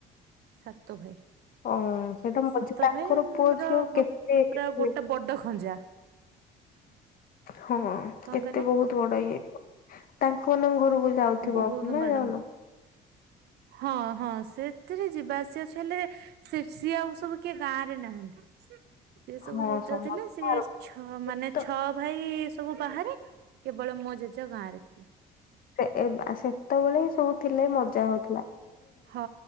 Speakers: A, on the right (about 75°); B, on the left (about 55°).
A: ସାତ ଭାଇ।
B: ଓ ସେଇଟା ମଝି
A: ସାତ
B: ତାଙ୍କର
A: ଭାଇ ଆମର
B: ପୁଅ ଝିଅ
A: ଗୋଟେ
B: କେତେ?
A: ପୁରା ଗୋଟେ ବଡ ଖଞ୍ଜା
B: ହଁ
A: କଣ
B: କେତେ
A: କହିଲେ
B: ବହୁତ ବଡ ଇଏ। ତାଙ୍କ ମାନ ଘରୁ ଯାଉଥିବ
A: ବହୁତ
B: ନା
A: ମ୍ୟାଡାମ
B: ଯାଉନ
A: ହଁ ହଁ ସେଥିରେ ଯିବା ଆସିବା ଆକଚୁଲି ସେ ସିଏ ଆଉ ସବୁ କିଏ ଗାଁ ରେ ନାହାନ୍ତି। ସିଏ ସବୁ
B: ହଁ
A: ଜେଜେ
B: ସମସ୍ତେ
A: ଥିଲେ ସିଏ
B: ଆର
A: ଛ ମାନେ
B: ତ
A: ଛଅ ଭାଇ-ଇ-ଇ-ଇ ସବୁ ବାହାରେ କେବଳ ମୋ ଜେଜେ ଗାଁ ରେ ଥିଲେ।
B: ଏ-ଏ-ଏ-ଏ ସେତେବେଳେ ହିଁ ସବୁ ଥିଲେ ମଜା ହଉ
A: ହଁ